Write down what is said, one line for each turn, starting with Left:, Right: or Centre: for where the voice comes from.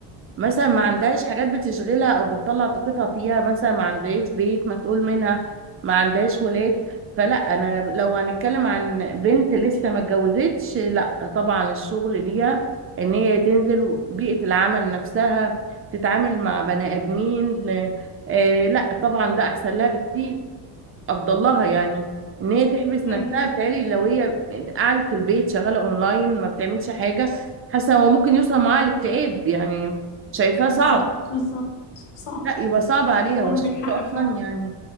Right: مثلا ما عندهاش حاجات بتشغلها او بتطلع طاقتها فيها مثلا ما عندهاش بيت مسؤول منها ما عندهاش ولاد فلا انا لو هنتكلم عن بنت لسه ما اتجوزتش لا طبعا الشغل ليها ان هي تنزل و- بيئة العمل نفسها تتعامل مع بني ادمين آه لا طبعا ده احسن لها بكتير افضل لها يعني ان هي تحبس
Left: أيوه
Right: نفسها بتهيألي لو هي قعدت في البيت شغاله اونلاين ما بتعملش حاجه حاسه هو ممكن يوصل معاها الاكتئاب يعني شايفاه
Left: بالظبط
Right: صعب
Left: بالظبط صح
Right: لا يبقى صعب عليها والشغل
Left: عندك حق
Right: اصلا
Left: فعلا
Right: يعني